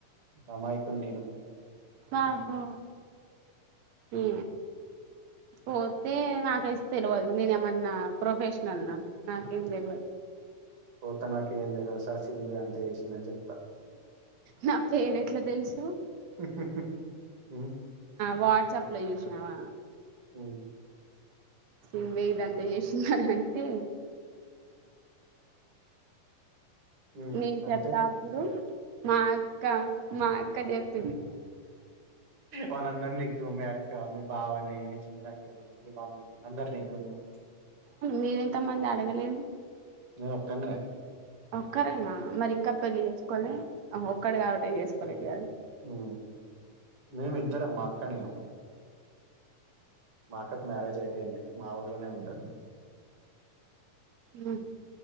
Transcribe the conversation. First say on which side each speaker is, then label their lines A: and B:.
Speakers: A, on the right (about 45°); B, on the right (about 65°).
A: అమాయకు నేను
B: వాహో ఏ పోతే నాకే తెల్వదు నేను ఏమన్నా ప్రొఫెషనల్ నా నాకేం తెల్వదు
A: పోత నాకు ఏం తెల్వదు సార్ సింధు ఏ అంతా చేసింది సార్ అని చెప్తా
B: నా పేరు ఎట్లా తెలుసు
A: <unintelligible> ఊ
B: వాట్సప్ లో చూసినావా
A: హు
B: సిందే ఇదంతా చేసినారు అంటే
A: హ్మ్
B: నేను
A: అంటే
B: చెప్తా అప్పుడు మా అక్క మా అక్క చెప్
A: వాళ్ళందరు నిగ్గు మీ అక్క మీ బావనే మీ చిన్నక్క నీ మమ్మీని అందరిని నిగ్గు నువ్వు
B: మీరు ఎంత మంది అడగలేదు
A: నిన్నొక్కన్నే
B: ఒక్కరేనా మరి ఇంకా పెళ్ళి చేసుకోలేి ఒక్కడు కాబట్టి చేసుకోలేదు
A: ఉ మేమిద్దరమ్ మా అక్క నేను మా అక్కకి మ్యారేజ్ అయిపోయింది మా ఊర్లోనే ఉంటారు
B: ఉ